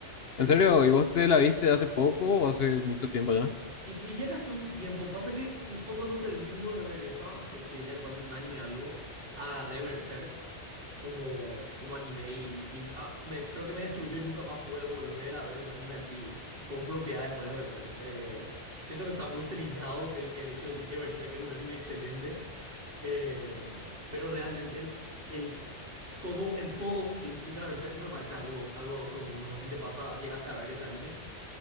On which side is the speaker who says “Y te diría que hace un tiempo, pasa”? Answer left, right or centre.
Right